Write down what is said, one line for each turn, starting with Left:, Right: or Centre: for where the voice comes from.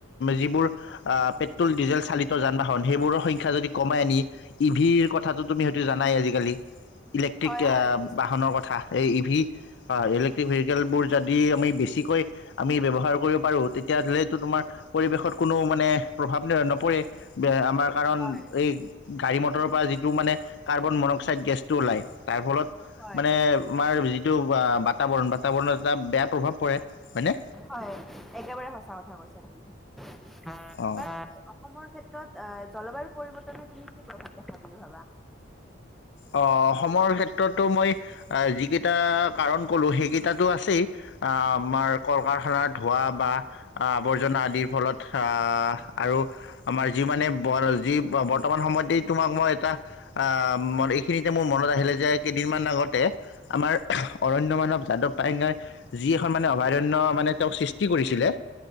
Left: যিবোৰ আ পেট্ৰল ডিজেল চালিত যান বাহন সেইবোৰৰ সংখ্যা যদি কমাই আনি ই ভিৰ কথাটো তুমি হয়তো জানাই আজিকালি ইলেক্ট্ৰিক
Centre: হয়, হয়,
Left: আহ
Centre: নিশ্চয়।
Left: বাহনৰ কথা এই ই ভি হয় ইলেক্ট্ৰিক ভ তেলবোৰ যদি আমি বেছিকৈ আমি ব্যৱহাৰ কৰিব পাৰোঁ তেতিয়াহ'লেতো তোমাৰ পৰিৱেশত কোনো মানে প্ৰভাৱ নম নপৰে বেআম আমাৰ কাৰণ
Centre: হয়,
Left: এই গাড়ী মটৰৰ পৰা যিটো মানে কাৰ্বন মনক্সাইড গেছটো ওলায় তাৰ ফলত
Centre: হয়,
Left: মানে আমাৰ যি এইটো বাতাবৰণ বাতাবৰণত এটা বেয়া প্ৰভাৱ পৰে হয়নে
Centre: হয় একেবাৰে সঁচা কথা কৈছা তুমি উ উ <unintelligible>
Left: অঁ
Centre: অসমৰ ক্ষেত্ৰত অহ জলবায়ু পৰিৱৰ্তনে তুমি কি প্ৰভাৱ দেখা বুলি ভাবা
Left: অ অসময়ৰ ক্ষেত্ৰতো মই যিকেইটা কাৰণ কলো সেইকেইটো আছেই আহ আমাৰ কল কাৰখানাৰ ধোঁৱা বা আৱৰ্জনা আদিৰ ফলত আহ আৰু আমাৰ যি মানে যি বৰ্তমান সময়তেই তোমাক মই এটা আহ ম সেইখিনিতে মোৰ মনত আহিলে যে কেইদিনমান আগতে আমাৰ অৰণ্য মানৱ যাদৱ পায়ংয়েই যি এখন মানে অভয়াৰণ্য মানে তেওঁক সৃষ্টি কৰিছিলে